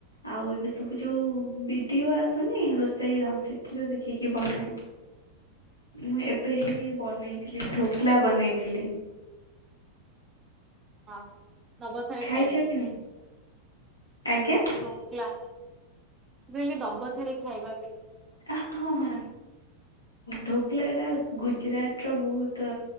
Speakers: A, on the left; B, on the right.
A: ଆଉ ଏବେ ସବୁ ଯୋଉ ଭିଡିଓ ଆସୁନି ରୋଷେଇ ର ସେଥିରେ ଦେଖିକି ବନାଏ।
B: ହ।
A: ମୁଁ ଏବେ ହିଁ ବନେଇଥିଲି ଢୋକଲା ବନେଇଥିଲି।
B: ହଁ ନବଥରେ
A: ଖାଇଛ
B: ଖାଇବା ପାଇଁ
A: କି ନାଇଁ? ଆଜ୍ଞା?
B: ଧୋକଲା ରିଲ ଦବ ଥରେ ଖାଇବାକୁ।
A: ହ ହଁ ହଁ ଢୋକଲା ଟା ଗୁଜୁରାଟ ର ବହୁତ।